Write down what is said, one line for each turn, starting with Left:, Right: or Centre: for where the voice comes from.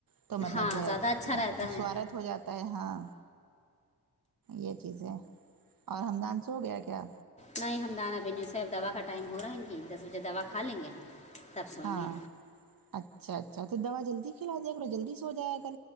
Right: تو مطلب
Left: ہاں
Right: جو ہے
Left: زیادہ اچھا رہتا ہے
Right: سوارت ہو جاتا ہے ہاں یہ چیزیں اور ہممدان سو گیا کیا
Left: نہیں ہم دان ابھی سوے اب دوا کا ٹائم ہو رہا ہے کہ دس بجے دوا کھا لیں گے تب سوئیں
Right: ہاں
Left: گے
Right: اچھا اچھا تو دوا جلدی کھلا دیا کرو جلدی سو جائے کر